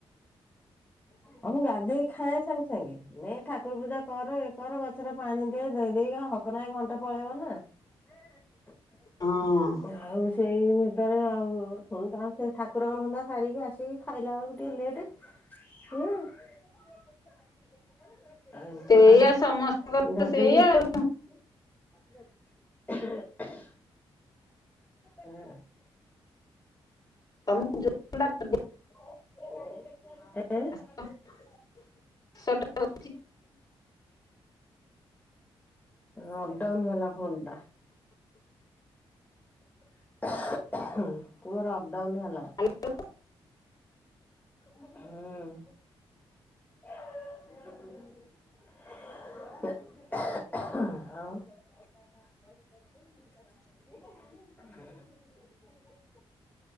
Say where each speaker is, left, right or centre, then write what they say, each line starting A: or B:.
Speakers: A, on the left; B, on the left.
A: ଆଉ ମୁଁ ଗାଧେଇ ଖାଁ ସାଙ୍ଗେ ସାଙ୍ଗେ। ନାଇଁ ଠାକୁର ପୂଜା କର ଇଏ କର ଗଛରେ ପାଣି ଦେଇ ଦେଇ ଦେଇେଇକଉ ହକ ନାହି ଘଣ୍ଟା ପଳେଇବ ନା? <unintelligible>
B: ଆଉ ହଁ
A: ଆଉ ସେଇ ଭିତରେ ଆଉ ପୁଣି କ ସେ ଠାକୁ କର ଧନ୍ଦା ସାରିକି ଆସିକି ଖାଇଲା ବେଳକୁ ଟିକେ ଲେଟ୍ ହୁ। <inaudible> ଆଉ
B: ସେଇଆ
A: ଥଣ୍ଡାଟା
B: ସମସ୍ତଙ୍କର
A: ଧରିଦେଇଛିି।
B: ସେଇଆ ଆଉ
A: <inaudible> <unintelligible>
B: <unintelligible>
A: <unintelligible>
B: <unintelligible>
A: ଅପଡାଉନ୍ ହେଲା ଫୋନଟା। <inaudible> ତୁମର ଅପଡାଉନ ହେଲା।
B: <inaudible>
A: ହୁଁ। <inaudible> <unintelligible> <unintelligible>